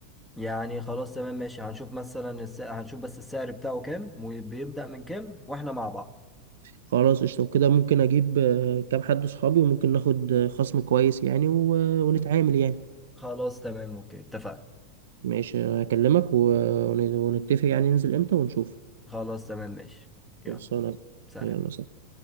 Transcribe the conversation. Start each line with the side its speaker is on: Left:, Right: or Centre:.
Centre: يعني خلاص تمام ماشي هنشوف مثلا السعر هنشوف بس السعر بتاعه كام وبيبدأ من كام واحنا مع بعض
Right: خلاص قشطه وكده ممكن اجيب آه، كام حد صحابي وممكن ناخد آه، خصم كويس يعني و- ونتعامل يعني
Centre: خلاص تمام اوكي اتفقنا
Right: ماشي هكلمك و- ون- ونتفق يعني ننزل امتى ونشوف
Centre: خلاص تمام ماشي يلا
Right: خلصانة
Centre: سلام
Right: يلا سلام.